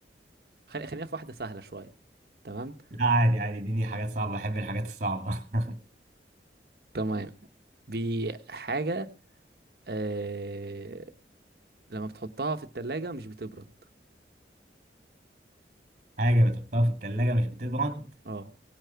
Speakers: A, on the right (about 55°); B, on the right (about 40°).
A: خل- خلينا في واحده سهله شويه تمام
B: لا عادي عادي اديني حاجات صعبة بحب الحاجات الصعبة <laughs>
A: تمام دي حاجه آه لما بتحطها في التلاجة مش بتبرد
B: حاجة بتحطها في التلاجة مش بتبرد
A: اه